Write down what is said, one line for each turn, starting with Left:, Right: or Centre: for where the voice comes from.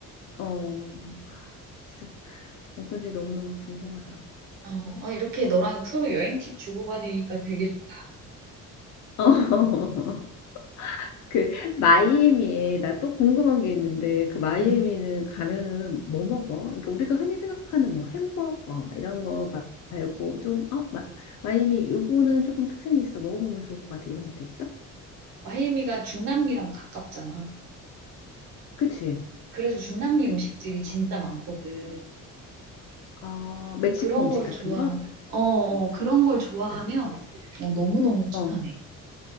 Left: 어, 진짜 어떤지 너무너무 궁금하다.
Right: 어, 어, 이렇게 너랑 서로 여행 팁 주고받으니까 되게 좋다.
Left: <laughs> 어, 그 마이애미에 나 또 궁금한 게 있는데 그 마이애미는
Right: 응.
Left: 가면은 뭐 먹어? 그러니까 우리가 흔히 생각하는 뭐 햄버거 막 이런 거 마- 말고 좀, 어, 마, 마이애미 요거는 조금 특색이 있어. 먹어보면 좋을 것 같아. 이런 것도 있어?
Right: 마이애미가 중남미랑 가깝잖아.
Left: 그치?
Right: 그래서 중남미 음식들이 진짜 많거든.
Left: 어, 멕시코
Right: 그런
Left: 음식
Right: 걸
Left: 같은
Right: 좋아하면,
Left: 거?
Right: 어, 어, 그런 걸 좋아하면 어, 너무너무 추천해.
Left: 어,